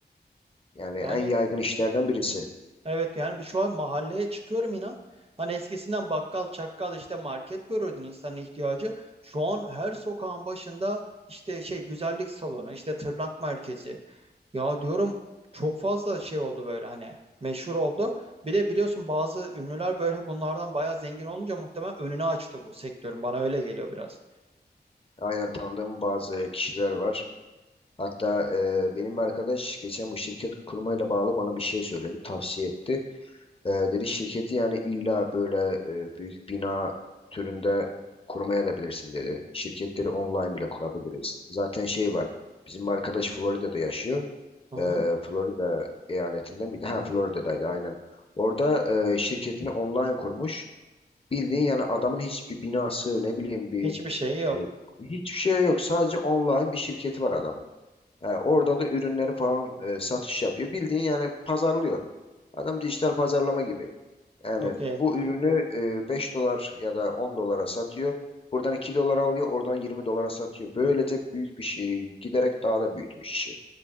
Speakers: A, on the left; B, on the right.
A: Yani
B: Yani
A: en yaygın işlerden birisi.
B: Evet yani bir- şu an mahalleye çıkıyorum inan. Hani eskisinden bakkal, çakkal işte market görürdün insanın ihtiyacı. Şu an her sokağın başında işte şey güzellik salonu, işte tırnak merkezi. Ya diyorum çok fazla şey oldu böyle hani meşhur oldu. Bir de biliyorsun bazı ünlüler böyle bunlardan bayağı zengin olunca muhtemelen önünü açtı bu sektörün. Bana öyle geliyor biraz.
A: Aynen tanıdığım bazı kişiler var. Hatta e, benim bir arkadaş geçen bu şirket kurmayla bağlı bana bir şey söyledi, tavsiye etti. E, dedi şirketi yani illa böyle e, büyük bina türünde kurmaya da bilirsin dedi. Şirketleri online bile kurabiliriz. Zaten şey var. Bizim bir arkadaş Florida'da yaşıyor.
B: Hı hı.
A: e, Florida eyaletinde miydi? Ha Florida'daydı aynen. Orada e, şirketini online kurmuş. Bildiğin yani adamın hiçbir binası ne bileyim bir
B: Hiçbir şeyi yok.
A: e, hiçbir şey yok. Sadece online bir şirketi var adamın. E, oradan da ürünleri falan e, satış yapıyor. Bildiğin yani pazarlıyor. Adam dijital pazarlama gibi. Yani
B: Çok iyi.
A: bu ürünü e, 5 dolar ya da 10 dolara satıyor. Buradan 2 dolara alıyor, oradan 20 dolara satıyor. Böylece büyük bir şey giderek daha da büyütmüş işi.